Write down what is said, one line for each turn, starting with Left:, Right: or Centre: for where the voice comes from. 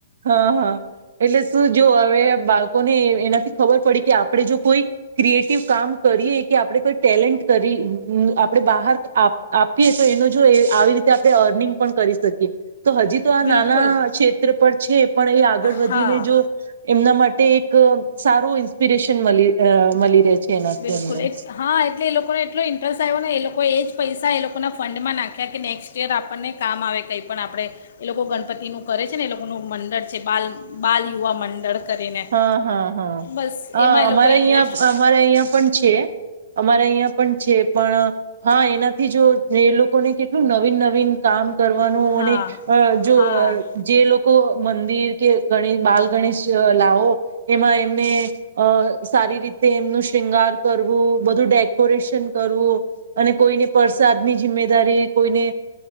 Right: હા, હા, એટલે શું જો હવે બાળકોને એનાથી ખબર પડી કે આપણે જો કોઈ ક્રિએટિવ કામ કરીએ કે આપણે કોઈ ટેલેન્ટ કરી આપણે બહાર આપીએ તો એનો જો આવી રીતે આપણે અર્નિંગ પણ કરી શકીએ તો હજી તો આ
Left: બિલકુલ
Right: નાના ક્ષેત્ર છે પણ એ આગળ વધીને
Left: હા
Right: જો એમના. માટે એક સારું ઇન્સ્પિરેશન મળી રહે. છે એનાથી
Left: બિલકુલ
Right: એમને
Left: એ હા એટલે એ લોકોને એટલો ઇન્ટરેસ્ટ આવ્યો ને એ લોકો એ જ પૈસા એ લોકો. લોકોના ફંડમાં નાખ્યા કે નેક્સ્ટ યર આપણને કામ આવે કંઈ પણ આપણે એ લોકો ગણપતિનું કરે છે ને એ લોકોનું મંડળ છે બાલ. બાલ યુવા મંડળ કરીને
Right: હા હા હા
Left: બસ
Right: હ
Left: એમાં
Right: અમારે
Left: એ લોકો
Right: અહિયાં
Left: ઇન્વેસ્ટ
Right: અમારે અહિયાં. છે અમારે અહિયાં પણ છે પણ હા એનાથી જો એ લોકોને કેટલું નવીન નવીન કામ. કરવાનું
Left: હા
Right: અને અ
Left: હા
Right: જો જે લોકો મંદિર કે. ગ બાલ ગણેશ લાવો એમાં એમને અ સારી રીતે એમનું શૃંગાર કરવું, બધું ડેકોરેશન કરવું અને કોઈને પરસાદની જિમ્દારી, કોઈને